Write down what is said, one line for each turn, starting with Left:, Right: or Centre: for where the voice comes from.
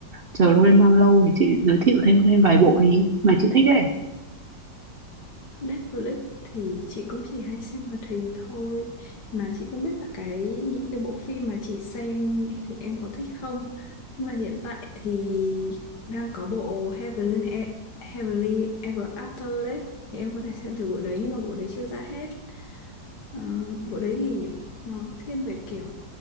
Right: Chờ Doraemon lâu thì chị giới thiệu thêm thêm vài bộ đi mà chị thích ấy.
Left: Netflix thì chị cũng chỉ hay xem hoạt hình thôi mà chị không biết là cái những cái bộ phim mà chị xem thì em có thích không nhưng mà hiện tại thì đang có bộ Heavenly, E- Heavenly Ever After đấy thì em có thể xem từ bộ đấy nhưng mà bộ đấy chưa ra hết Ờ, bộ đấy thì nó thiên về kiểu